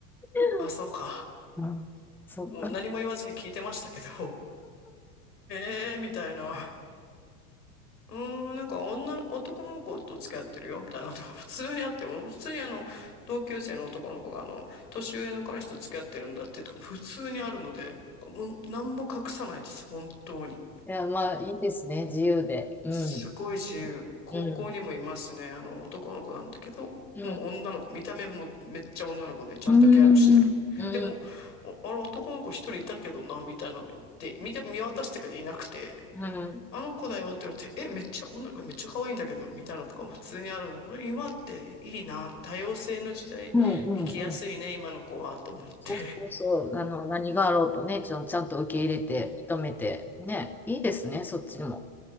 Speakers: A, in the centre; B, on the left.
A: ー
B: た。あ、そうか。
A: うん。そっか。
B: もう何も言わずに聞いてましたけど、えー、みたいな。うーん、なんか女の、男の子と付き合ってるよみたいなとこ、普通にあっても、普通にあの、同級生の男の子があの、年上の彼氏と付き合ってるんだってとか、普通にあるので、もう何も隠さないです、本当に。
A: いや、まあ、いいですね。自由で。うん。
B: すごい自由。高校にもいますね、
A: うん。
B: あの、男の子なんだけど、
A: うん。
B: もう女の子、見た目もめっちゃ女の子でちゃんとギャルしてる。
A: うん。うん。
B: でも、おあれ男の子一人いたけどな、みたいなので、見た、見渡したけどいなくて、
A: うん。
B: あの子だよって言われて、え、めっちゃ女、これめっちゃ可愛いんだけど、みたいなのとかも普通にあるの。これ今っていいな、多様性の時代、
A: うん。
B: 生きやすいね、
A: うん。
B: 今の子は、と思って。
A: そうそうそう。あの、何があろうとね、ちゃん、ちゃんと受け入れて、
B: うん、
A: 認めて。ね。いいですね。そっちも。